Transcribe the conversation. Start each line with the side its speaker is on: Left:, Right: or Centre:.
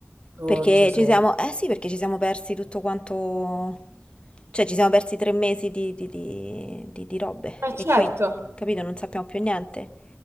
Right: Oh
Left: perché
Right: Gesù.
Left: ci siamo, eh sì, perché ci siamo persi tutto quanto, cioè ci siamo persi tre mesi di, di, di, di- di robe
Right: Eh certo.
Left: e quindi, capito, non sappiamo più niente.